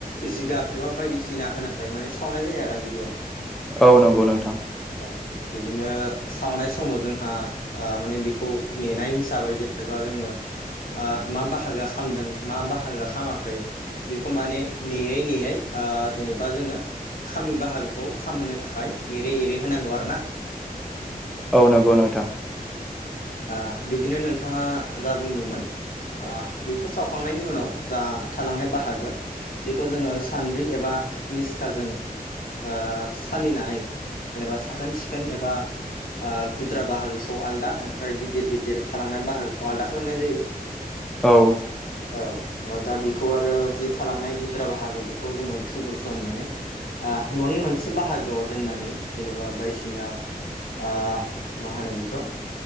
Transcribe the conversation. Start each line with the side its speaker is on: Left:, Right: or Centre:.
Left: जिगाब एबा बायदिसिना होनानै माने सावनाय जायो आरो गिबियाव।
Centre: औ नंगौ नोंथां।
Left: औ बिदिनो सावनाय समाव जोंहा ओ माने बेखौ नेनाय हिसाबै जेनेबा जोङो ओ मा बाहागोआ खामदों मा बाहागोआ खामाखै बेखौ माने नेयै नेयै ओ जेनेबा जोङो खामै बाहागोखौ खामहोनो थाखाय एरेै - एरेै होनांगौ आरो ना।
Centre: औ नंगौ नोंथां।
Left: आ बिदिनो नोंथाङा जा बुंदोंमोन आ बेखौ सावखांनायनि उनाव जा थालांनाय बाहागो बेखौ जोङो सान्द्रि एबा निस्खाजों ओ सालिनानै जेनेबा साखोन - सिखोन एबा ओ गुद्रा बाहागोखौ आलदा ओमफाय गिदिर - गिदिर थालांनाय बाहागोखौ आलदा खालामनाय जायो।
Centre: औ।
Left: औ दा बेखौ आरो जि थालांनाय गुद्रा बाहागो बेखौ जोङो थुबुर खालामनानै आ न'नि मोनसे बाहागोआव दोननानै जेनेबा बायसिना ओ मा होनो बेखौ